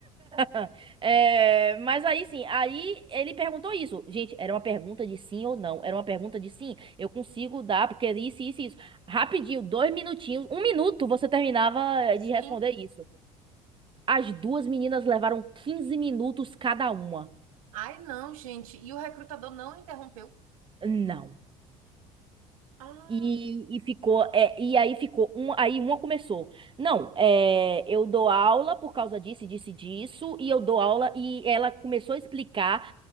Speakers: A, on the right; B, on the right.
A: Ah, É, mas aí sim, aí ele perguntou isso. Gente, era uma pergunta de sim ou não. Era uma pergunta de sim. Eu consigo dar, porque é isso, isso, isso. Rapidinho, dois minutinhos, um minuto, você terminava eh,
B: Sim.
A: de responder isso. As duas meninas levaram 15 minutos cada uma.
B: Ai, não, gente. E o recrutador não interrompeu?
A: Não.
B: Ah,
A: E, e ficou, é, e aí ficou, um, aí uma começou. Não, é, eu dou aula por causa disso, disso, e disso, e eu dou aula, e ela começou a explicar.